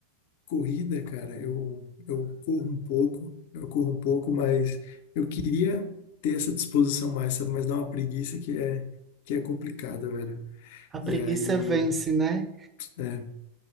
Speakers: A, on the left; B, on the right.
A: corrida, cara, eu, eu corro um pouco, eu corro um pouco, mas eu queria ter essa disposição mais, sabe, mas dá uma preguiça que é, que é complicada, velho.
B: A preguiça
A: E aí,
B: vence, né?
A: é,